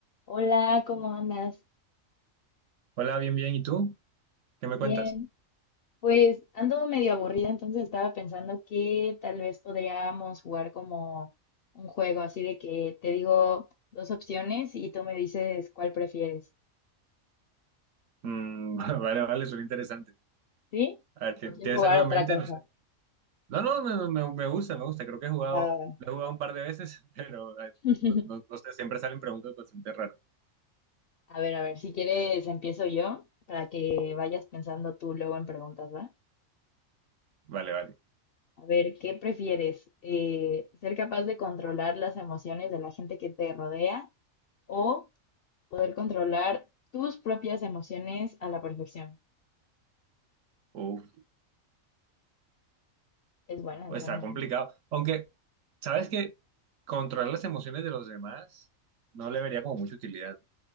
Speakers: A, on the left; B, on the right.
A: Hola, ¿cómo andas?
B: Hola, bien, bien. ¿Y tú? ¿Qué me
A: Bien.
B: cuentas?
A: Pues ando medio aburrida, entonces estaba pensando que tal vez podríamos jugar como un juego, así de que te digo dos opciones y tú me dices cuál prefieres,
B: Mm, <laughs> vale, vale, suena interesante.
A: ¿sí?
B: A ver, ¿ti-
A: ¿O quieres
B: ¿tienes
A: jugar
B: algo
A: otra
B: en mente?
A: cosa?
B: No sé. No, no, me, me- me gusta, me gusta. Creo que he jugado,
A: Va, va, va.
B: lo he jugado un par de veces, <laughs> pero eh,
A: <laughs>
B: no, no- no sé, siempre salen preguntas bastante raras.
A: A ver, a ver, si quieres empiezo yo para que vayas pensando tú luego en preguntas, ¿va?
B: Vale, vale.
A: A ver, ¿qué prefieres? Eh, ¿ser capaz de controlar las emociones de la gente que te rodea o poder controlar tus propias emociones a la perfección.
B: Uf,
A: Es buena, es
B: está
A: buena,
B: complicado.
A: ¿no?
B: Aunque, ¿sabes que Controlar las emociones de los demás no le vería como mucha utilidad.